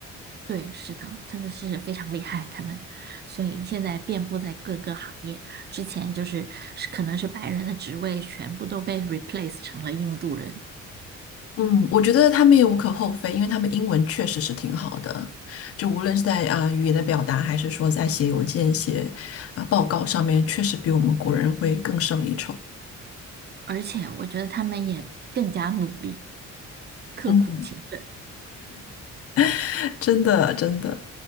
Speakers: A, on the right (about 35°); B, on the left (about 50°).
A: 对，是的，真的是非常厉害，他们，所以现在遍布在各个行业。之前就是是可能是白人的职位全部都被 replace 成了印度人，
B: 嗯，我觉得他们也无可厚非，因为他们英文确实是挺好的，就无论是在啊、语言的表达，还是说在写邮件、写啊、报告上面，确实比我们国人会更胜一筹。
A: 而且我觉得他们也更加努力、刻苦勤奋。
B: 嗯，<laughs> 真的真的，